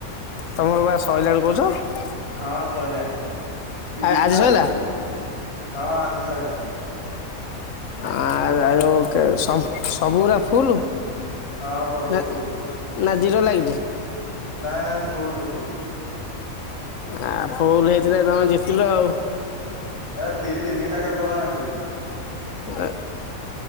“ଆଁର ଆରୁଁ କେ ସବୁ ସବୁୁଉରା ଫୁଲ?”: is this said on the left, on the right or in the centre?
Left